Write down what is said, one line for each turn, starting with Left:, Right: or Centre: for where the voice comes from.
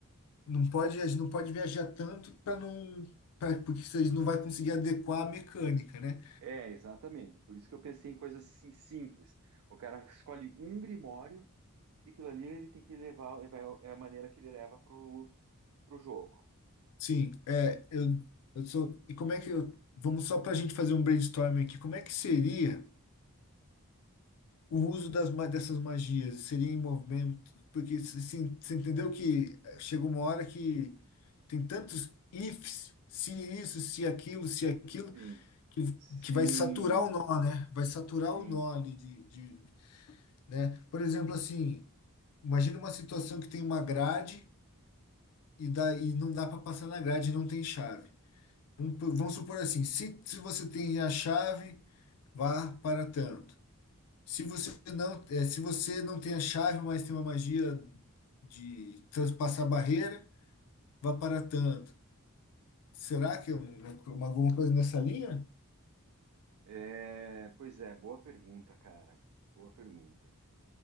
Left: Não pode, a gente não pode viajar tanto para não, pra, porque vocês não vai conseguir adequar a mecânica, né?
Right: É, exatamente. Por isso que eu pensei em coisas assim simples. O cara escolhe um grimório e aquilo ali ele tem que levar, é vai- é a maneira que ele leva pro, pro jogo.
Left: Sim, é, eu, eu sou. E como é que eu, vamos só para a gente fazer um brainstorming aqui? Como é que seria o uso das, ma- dessas magias? Seria em movimento? Porque assim, você entendeu que chega uma hora que tem tantos ifs, se isso, se aquilo, se aquilo,
Right: Sim.
Left: que,
Right: Sim,
Left: que vai saturar o nó, né? Vai saturar
Right: sim.
Left: o nó ali de, de, né? Por exemplo, assim. Imagina uma situação que tem uma grade e, dá, e não dá para passar na grade e não tem chave. Vamos, po- vamos supor assim, se, se você tem a chave, vá para tanto. Se você não, é, se você não tem a chave, mas tem uma magia de transpassar a barreira, vá para tanto. Será que é um- uma- alguma coisa nessa linha?
Right: É, pois é, boa pergunta, cara. Boa pergunta.